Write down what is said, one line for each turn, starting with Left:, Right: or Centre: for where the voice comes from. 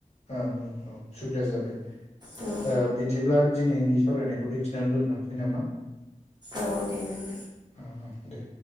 Left: औ, औ, औ सुबिदा जाबाय
Right: औ
Left: ओ बिदिब्ला दिनैनि सावरायनायखौ बेखिनियाव दोन्थनोसै। नामा?
Right: औ दे नोंथां।
Left: औ, औ दे